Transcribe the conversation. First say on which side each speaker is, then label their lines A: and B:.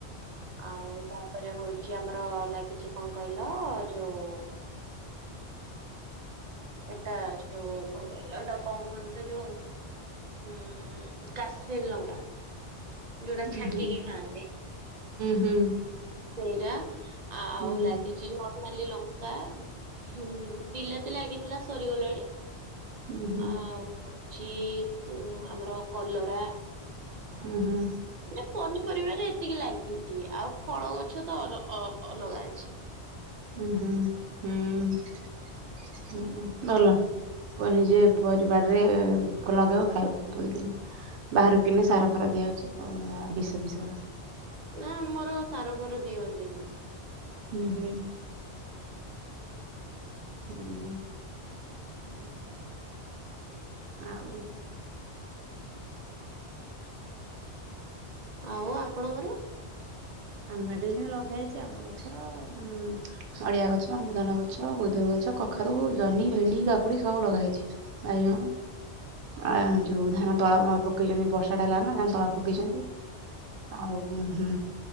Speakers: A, on the right (about 50°); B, on the right (about 85°).
A: ଆଉ ତାପରେ ହଉଛି ଆମର ଲାଗିଛି କଣ କହିଲ ଯୋଉ ଏଟା ଯୋଉ କଣ କହିଲ, ଏଟା କଣ କହନ୍ତି ତ ଯୋଉ ଉଁ, କାଶ୍ମୀର ଲଙ୍କା। ଯୋଉଟା
B: ହୁଁ
A: ଛାଙ୍କିକି
B: ହୁଁ
A: ଖାଆନ୍ତି।
B: ହୁଁ
A: ସେଇରା ଆଉ
B: ହୁଁ ହୁଁ
A: ଲାଗିଚି ନ ନାଲି ଲଙ୍କା ହୁଁ, ବିଲାତି ଲାଗିଥିଲା ସରିଗଲାଣି।
B: ହୁଁ ହୁଁ
A: ଆଉ ଅଛି ଉଁ, ଆମର କଲରା।
B: ହୁଁ, ହୁଁ।
A: <inaudible> ପନିପରିବାରେ ଏତିକି ଲାଗିଚି। ଆଉ ଫଳ ଗଛ ତ ଅର ଅ, ଅଲଗା ଅଛି।
B: ହୁଁ, ହୁଁ, ହୁଁ, ହୁଁ ଭଲ। ପ-ନିଜେ ପରି ବାରିରେ କଣ ଲଗେଇବ ଖାଇବ ତୋଳିକିରି। ବାହାରୁ କିଣିନେ ସାର ଫାର ଦିଆହଉଛି କଣ ସେରା ବିଷ ଫିଷ ଗୁଡା।
A: ନା ଆମର ସାର ଫାର ଦିଅନ୍ତିନି।
B: ହୁଁ, ହୁଁ।
A: <inaudible>
B: ହୁଁ।
A: <inaudible>
B: ଆଉ
A: ହୁଁ ଆଉ ଆପଣଙ୍କର?
B: ଆମ ବାଡିରେ ବି ସେମିତି ଲଗାହେଇଛି ଆମ୍ବା ଗଛ ଆଉ ଉଁ, ନଡିଆ ଗଛ, ଅମୃତଭଣ୍ଡା ଗଛ, ବୋଇତାଳୁ ଗଛ, କଖାରୁ, ଜହ୍ନି, ଭେଣ୍ଡି, କାକୁଡି ସବୁ ଲଗା ହେଇଛି। ବାଇଗଣ। ଆଉ ଯୋଉ ଧାନ ତଳା ଆମର ପକେଇଚନ୍ତି। ବର୍ଷା ଟା ହେଲା ନା ଧାନ ତଳା ପକେଇଛନ୍ତି। ଆଉ ହୁଁ,